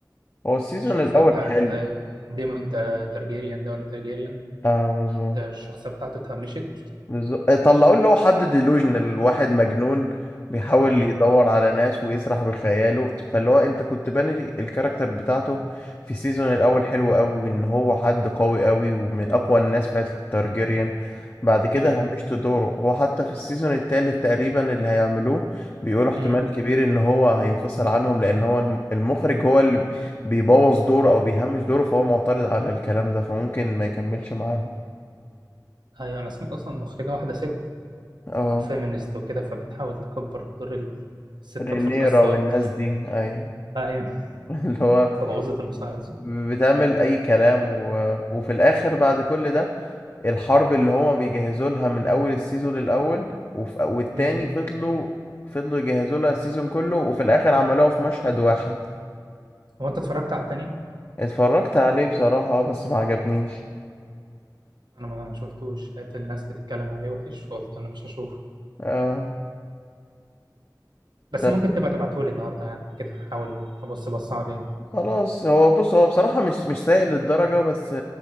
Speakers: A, on the left; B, on the right.
A: هو السيزون
B: الشخصية
A: الاول
B: بتاعت
A: حلو
B: ديمون تا- تارجيريان ده ولا تارجيريان
A: اه مظبوط
B: انت الشخصية بتاعته اتهمشت
A: بالظبط طلعوا اللي هو حد ديلوجنال واحد مجنون بيحاول
B: امم
A: يدور على ناس ويسرح بخياله فاللي هو انت كنت باني الكاركتر بتاعته في السيزون الاول حلو قوي ان هو حد قوي قوي ومن اقوى الناس في عيلة التارجيريان بعد كده
B: امم
A: همشت دوره هو حتى في السيزون التالت تقريبا اللي هيعملوه بيقولوا احتمال
B: امم
A: كبير ان هو هينفصل عنهم لان هو الم- المخرج هو اللي بيبوظ دوره او بيهمش دوره فهو معترض على الكلام ده فممكن ما يكملش معاهم
B: ايوه انا سمعت اصلا مخرجة واحدة ست
A: اه
B: وفيمينست وكده فبتحاول تكبر دور الستات
A: رينيرا
B: في القصة
A: والناس
B: اكتر
A: دي ايوه
B: ايوه
A: <laughs> اللي هو
B: فبوظت المسلسل
A: بتعمل اي كلام و... وفي الاخر بعد كل ده الحرب اللي هما بيجهزوا لها من اول السيزون الاول وف... والتاني
B: امم
A: فضلوا فضلوا يجهزوا لها السيزون كله وفي الاخر عملوها في مشهد واحد
B: هو انت اتفرجت على التاني
A: اتفرجت عليه بصراحة آه، بس ما عجبنيش
B: انا ما ما شفتوش لقيت الناس بتتكلم عليه وحش فقلت انا مش هشوفه
A: آه...
B: بس
A: طب
B: ممكن تبقى تبعتهولي النهاردة يعني كده احاول ابص بص عليه
A: خلاص هو بص هو بصراحة مش مش سيء للدرجة بس